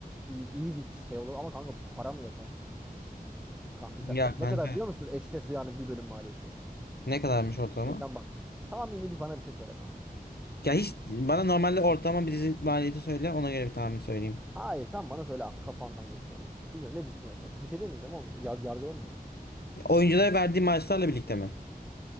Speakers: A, in the centre; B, on the left (about 90°).
A: İyi, iyi bir şey olur ama kanka para mı yeter? Kanka sen
B: Ya kanka
A: ne kadar biliyor musun Eşref Rüya'nın bir bölüm maliyeti?
B: ne kadarmış ortalama?
A: Geçen baktım. Tahmini bir bana bir şey söyle kanka.
B: Ya hiç bana normalde ortalama bir dizi maliyeti söyle ona göre bir tahmin söyleyeyim.
A: Hayır sen bana söyle kafandan geçeni. Bilmiyorum ne düşünüyorsan. Bir şey demeyeceğim ama ya- yargılamayacağım
B: Ya Oyunculara verdiği maaşlarla birlikte mi?